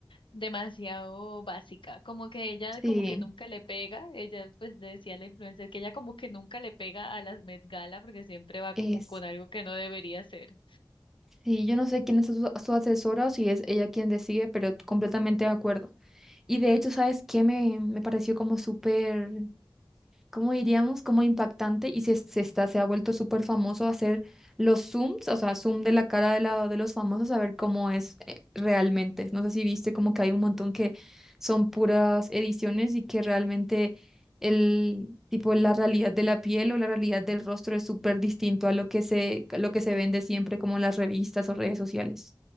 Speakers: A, on the left; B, in the centre.
A: demasiado básica, como que ella
B: Sí,
A: como que nunca le pega, ella pues le decía a la influencer que ella como que nunca le pega a las Met Gala porque siempre va
B: Es,
A: como con algo que no debería ser.
B: sí, yo no sé quién es su, su asesora o si es ella quien decide, pero completamente de acuerdo. Y de hecho, ¿sabes qué me, me pareció como súper? como diríamos, como impactante y se, se está, se ha vuelto súper famoso hacer los zooms, o sea, zoom de la cara de, la, de los famosos a ver cómo es eh, realmente. No sé si viste como que hay un montón que son puras ediciones y que realmente el tipo, la realidad de la piel o la realidad del rostro es súper distinto a lo que se, a lo que se vende siempre como en las revistas o redes sociales.